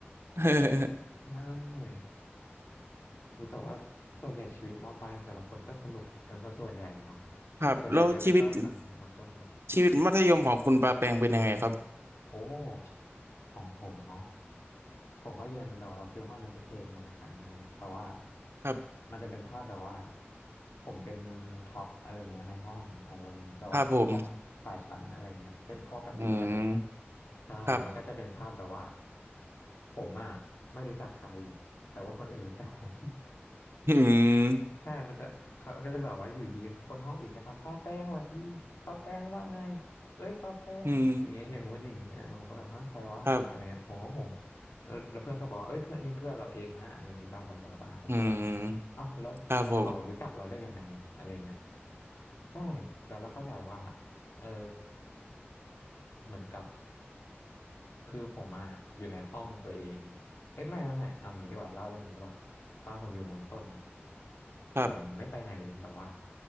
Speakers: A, on the right; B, on the left.
A: <laughs>
B: ใช่รู้แต่ว่าส่วนใหญ่ชีวิตมปลายของแต่ละคนก็สนุกกันซะส่วนใหญ่เนาะ
A: ครับแล้วชีวิต
B: ส่วนใหญ่มันจะไปเศ่าตอนมต้นหรอก
A: ชีวิตมัธยมของคุณปาแปงเป็นยังไงครับ
B: โอ้ของผมเนาะผมก็เรียนแบบว่าฟิลห้องเรียนพิเศษมาเหมือนกันอะไรเงี้ยแต่ว่า
A: ครับ
B: มันจะเป็นภาพแบบว่าผมเป็นท็อปอะไรเงี้ยในห้องอารมณ์แบบว่าท็อปของสายชั้นอะไรเงี้ยเช่นพวกแบบวิทย์คณิต
A: ครับผมอืม
B: ใช่มันก็จะเป็นภาพแบบว่า
A: ครับ
B: ผมอ่ะไม่รู้จักใครแต่ว่าคนอื่นรู้จักผม
A: อืม
B: ใช่มันจะเขาก็จะแบบว่าอยู่ดีคนห้องอื่นก็ทักป้าแป้งสวัสดีป้าแป้งว่าไงเอ้ยป้าแป้งอย่างเงี้ยอย่างงู้นอย่างงี้อะไรผมก็แบบฮะใครวะอะไรเงี้ยผมก็งง
A: อืมครับ
B: แล้วแล้วเพื่อนก็บอกว่าเอ้ยเพื่อนนี่เพื่อนเราเองนะอะไรอย่างงี้บ้าบ้าบ้าบ้าผมก็งง
A: อืม
B: เอ้าแล้วแล้วเขารู้จักเราได้ยังไงอะอะไรเงี้ย
A: ครับผม
B: ใช่แล้วเราก็แบบว่าเออเหมือนกับ คือผมอะอยู่ในห้องตัวเองเอ้ยไม่ไม่ไม่เอาอย่างนี้ดีกว่าเล่าเรื่องนี้ดีกว่าตอนผมอยู่มอต้นอะ
A: <laughs> ครับ
B: ผมไม่ไปไหนเลยแบบว่า